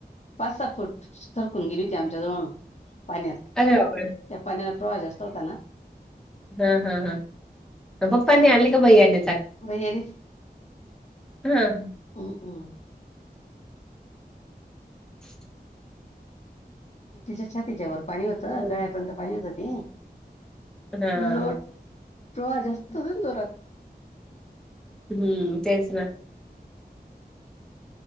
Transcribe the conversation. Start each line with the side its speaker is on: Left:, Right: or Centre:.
Left: पाच सहा फूट सरकून गेली ती आमच्या जवळून पाण्यात
Centre: अरे बापरे!
Left: त्या पाण्याला प्रवाह जास्त होता ना
Centre: हा हा हा अ पप्पांनी आणले का भैय्यांन.
Left: भैय्यांनी
Centre: हां.
Left: हम्म हम्म.
Centre: <unintelligible>
Left: तिच्या छातीच्यावर पाणी होतं
Centre: हं,
Left: गळ्यापर्यंत पाणी होत ते.
Centre: हां.
Left: लोट प्रवाह जास्त होत ना जोरात.
Centre: हम्म तेच ना.